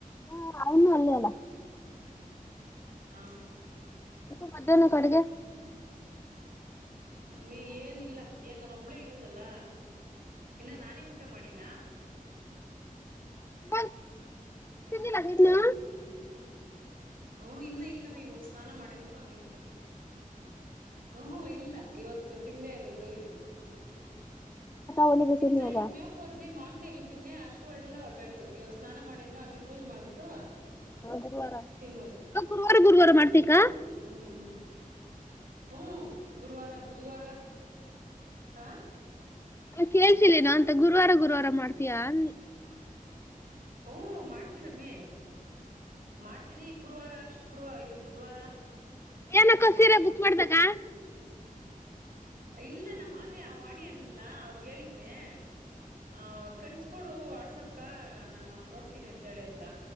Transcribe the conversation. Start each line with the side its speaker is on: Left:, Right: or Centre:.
Left: ಹು ಅವ್ನು ಅಲ್ಲೇ ಅಲಾ.
Right: ಹ್ಮ
Left: ಹುಕು ಮಧ್ಯಾಹ್ನಕ್ ಅಡ್ಗೆ.
Right: ಅಮಿ ಏನಿಲ್ಲ ಏನ್ ನಾನ್ ಒಬ್ ಒಬ್ಬಳೇ ಇರೋದಲ್ಲ ಇಲ್ಲ, ನಾನೇ ಊಟ ಊಟ ಮಾಡಿಲ್ಲ
Left: ಬಂ ತಿಂದಿಲ್ಲ
Right: ಹ್ಮ್
Left: ಇನ್ನು
Right: ಹೂ ಇನ್ನ ಇಲ್ಲ ಅಮಿ, ಇವಾಗ ಸ್ನಾನ ಮಾಡೇನು ಹಂಗೆ ಊಟ ಉಹು, ಇಲ್ಲ ಇವತ್ತು ತಿಂದೇ ಇಲ್ಲ ದೋಗಿದೆ.
Left: ಹೊಲಿಬೇಕೇನ್
Right: ತಿಂತಾ
Left: ಇವಾಗ
Right: ಇದ್ ಮೇವಕ ಹೋದ್ನೇ ಮಾವಿನಕಾಯಿ ತಿನ್ನೆ ಹಸಿವು ಎಲ್ಲ ಹೊಟೋಯ್ತು. ಇವಾಗ ಸ್ನಾನ ಮಾಡಿಂದ ಹಂಗೆ ಪೂಜೆ ಮಾಡ್ಬಿಟ್ಟು
Left: ಗುರುವಾರ.
Right: ತಿನ್ನೋದು
Left: ಗುರುವಾರ, ಗುರುವಾರ ಮಾಡ್ತಿಕಾ?
Right: ಹ್ಮ್ ಹ್ಮ್ ಗುರುವಾರ, ಬುಧವಾರ ಹಾ
Left: ಅ ಕೇಳ್ಸಿಲ್ಲೇನ ಅಂತ. ಗುರುವಾರ, ಗುರುವಾರ ಮಾಡ್ತೀಯ ಅಂದೇ
Right: ಹ್ಮ ಮಾಡ್ತೀರಮ್ಮಿ. ಮಾಡ್ತೀರಿ ಗುರುವಾರ, ಶುಕ್ರವಾರ, ಇದು ಬುಧವಾರ
Left: ಏನಕ್ಕ,
Right: ಹಂಗ್
Left: ಸೀರೆ
Right: ಮಾಡ್ತೀರಿ
Left: ಬುಕ್ ಮಾಡ್ದ ಅಕ್ಕ?
Right: ಇಲ್ಲ. ನಮ್ಮ ಅದೇ ಆ ವಾಣಿ ಅಂದ್ನಲ್ಲ ಅವರಿಗೆ ಹೇಳಿದ್ನೆ ಹ ಕಳಿಸಿಕೊಡು ವಾಟ್ಸಾಪ್ಕ, ನಾನು ನೋಡ್ತೀನಿ ಅಂತ ಹೇಳಿದ್ಲ